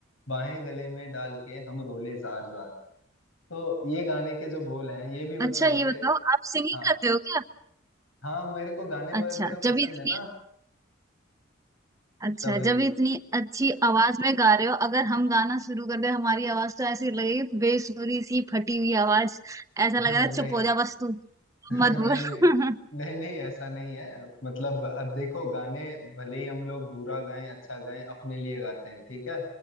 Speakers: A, on the left; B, on the right.
A: बाहें गले में डाल के हम रोले जार जार तो ये गाने के जो बोल हैं ये भी मतलब
B: अच्छा ये
A: बड़े
B: बताओ आप सिंगिंग
A: हाँ
B: करते हो क्या
A: हाँ मेरे को गाने
B: अच्छा
A: वगैरह पसंद
B: जब इतनी
A: है ना
B: अच्छा
A: तभी
B: जब इतनी अच्छी आवाज में गा रहे हो अगर हम गाना शुरू कर दे हमारी आवाज तो ऐसी लगेगी बेसुरी सी फटी हुई आवाज ऐसा
A: <laughs>
B: लग रहा है चुप
A: नहीं
B: हो जा बस तू
A: <laughs> नहीं
B: मत बोल <laughs>
A: नहीं नहीं नहीं ऐसा नहीं है मतलब अ, देखो गाने भले ही हम लोग बुरा गाएं अच्छा गाएं अपने लिए गाते हैं ठीक है